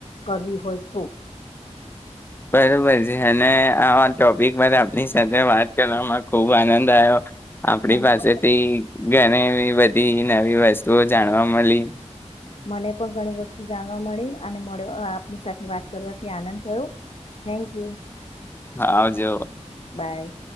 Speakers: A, on the left; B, on the left.
A: કરવી હોય. તો.
B: બરોબર છે અને આ ટોપિક પર આપની સાથે વાત કરવામાં ખુબ આનંદ આવ્યો. આપડી
A: મને
B: પાસેથી
A: પણ
B: ઘણી એવી બધી નવી વસ્તુઓ જાણવા મળી.
A: મને પણ ઘણી વસ્તુ જાણવા મળી અને મળ આપની સાથે વાત કરવાથી આનંદ થયો થેન્ક યુ.
B: હા આવજો.
A: બાય.